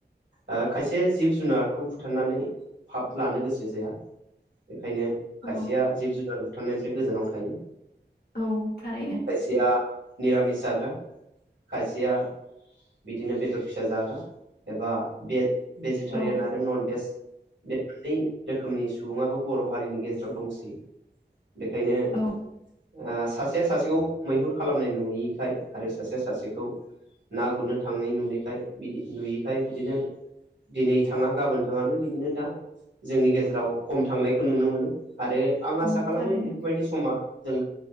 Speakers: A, on the right; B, on the left.
A: आ खायसे जिब जुनारखौ बुथारनानै फाब लानो गोसो जाया बेखायनो
B: औ
A: खायसेया जिब जुनार बुथारनायनिफ्राय गोजानाव थायो
B: औ थारैनो
A: खायसेया मिरामिस जाग्रा खायसेया बिदिनो बेदर फिसा जाग्रा एबा भेजिटारियान
B: औ
A: आरो नन भेज। मैननै रोखोमनि सुबुङाबो बर' हारिनि गेजेराव दंसै। बेखायनो
B: औ
A: आ सासेया सासेखौ मैहुर खालामनाय नुयिखाय आरो सासे सासेखौ ना गुरनो थांनाय नुनायखाय बिदि नुयैखाय बिदिनो दिनै थाङा गाबोन थाङानो बिदिनो दा जोंनि गेजेराव खम थांनायखौ नुनो मोनो आरो आं
B: औ
A: आसा खालामो
B: थारैनो
A: बेफोरबायदि समा जों